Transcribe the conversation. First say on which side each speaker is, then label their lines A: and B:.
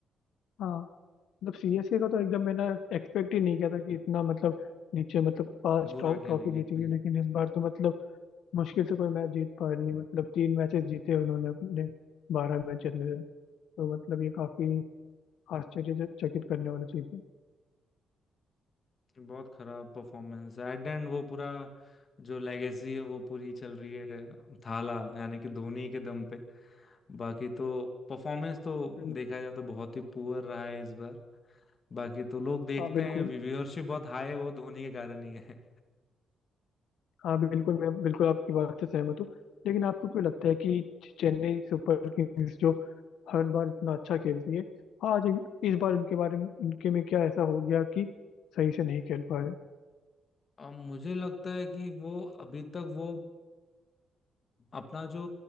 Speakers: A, on the left; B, on the left.
A: हाँ मतलब सीएसके का तो एकदम मैंने एक्सपेक्ट ही नहीं किया था कि इतना मतलब नीचे मतलब पांच
B: बुरा
A: टॉप ट्रॉफी
B: खेलेगी
A: जीतेगी
B: इतनी
A: लेकिन इस बार तो मतलब मुश्किल से कोई मैच जीत पा रही है मतलब तीन मैचेस जीते हैं उन्होंने अपने बारह मैचेस में तो मतलब ये काफी आश्चर्यचकित करने वाली चीज है
B: बहुत खराब परफॉर्मेंस है एट एंड वो पूरा जो लेगेसी है वो पूरी चल रही है थाला यानी कि धोनी के दम पे बाकी तो परफॉर्मेंस तो
A: हम्म,
B: देखा जाए तो बहुत ही पुअर रहा है इस बार बाकी तो लोग देखते
A: हाँ बिल्कुल
B: हैं व्यूअरशिप बहुत हाई है वो धोनी के कारण ही है
A: हाँ बिल्कुल मैं बिल्कुल आपकी बात से सहमत हूँ लेकिन आपको क्यों लगता है कि चेन्नई सुपर किंग्स जो हर बार इतना अच्छा खेलती है आज इस बार उनके बारे में उनके में क्या ऐसा हो गया कि सही से नहीं खेल पा रहे
B: अब मुझे लगता है कि वो अभी तक वो अपना जो